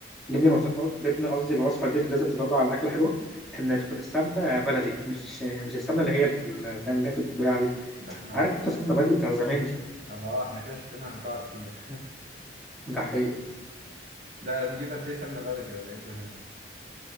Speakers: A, in the centre; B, on the right.
A: ضمن الوصفات ضمن قصدي الوصفة دي اللي لازم تطلع على الأكلة حلوة إن تكون السمنة بلدي مش مش السمنة اللي هي ال- فاهم اللي هي بتتباع دي
B: ده احنا
A: عارف أنت السمنة بلدي بتاع زمان
B: <laughs>
A: دي
B: اما اه احنا كده شكلنا هنقع كتير
A: ده حقيقي
B: <laughs> ده نجيب قد ايه سمنه بلدي ولا ايه الدنيا